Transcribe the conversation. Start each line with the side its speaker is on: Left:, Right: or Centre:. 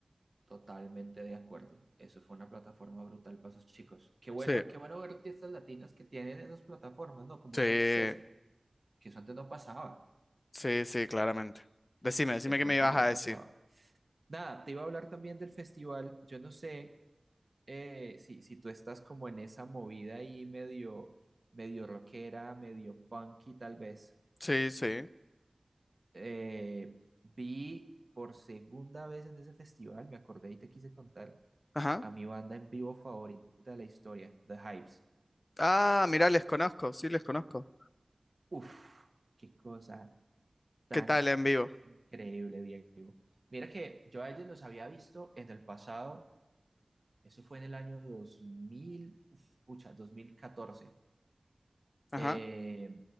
Right: Totalmente de acuerdo. Eso fue una plataforma brutal para esos chicos. Qué bueno,
Left: Sí,
Right: qué bueno ver artistas latinas que tienen esas plataformas, ¿no? Como
Left: sí,
Right: ese acceso, que eso antes no pasaba.
Left: sí, sí, claramente. Decime, decime
Right: Eso
Left: qué me
Right: antes
Left: ibas
Right: no
Left: a decir.
Right: pasaba. Nada, te iba a hablar también del festival. Yo no sé eh, si, si tú estás como en esa movida ahí medio, medio rockera, medio punky tal vez.
Left: Sí, sí.
Right: Eh, vi por segunda vez en ese festival, me acordé y te quise contar,
Left: Ajá.
Right: a mi banda en vivo favorita de la historia, The Hypes.
Left: Ah, mirá, les conozco, sí, les conozco.
Right: Uf, qué cosa tan
Left: ¿Qué tal en vivo?
Right: increíble, Diego. Mira que yo a ellos los había visto en el pasado, eso fue en el año 2000, uf, pucha, 2014.
Left: Ajá.
Right: Eh,